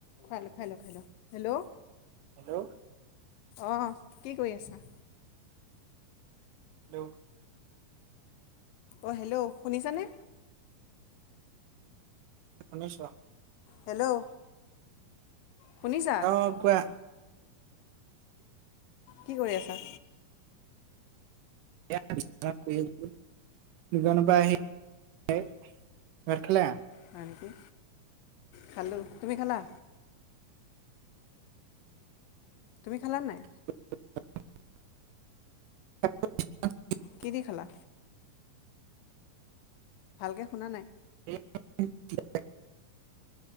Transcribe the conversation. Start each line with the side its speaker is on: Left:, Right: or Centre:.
Left: খাই ল খাই ল খাই ল, হেল্ল'?
Right: হেল্ল'?
Left: অহ, কি কৰি আছা?
Right: হেল্ল'?
Left: অঁ হেল্ল' শুনিছানে?
Right: <inaudible> শুনিছো অ।
Left: হেল্ল'? শুনিছা
Right: অহ কোৱা?
Left: কি কৰি আছা?
Right: এয়া বিছনাত শুই আছো। দু জনৰ আহি <unintelligible> ভাত খালে?
Left: হয় নেকি? খালোঁ, তুমি খালা? তুমি খালা নে নাই?
Right: <unintelligible> <unintelligible>
Left: কি দি খালা? ভালকে শুনা নাই?
Right: এই <unintelligible>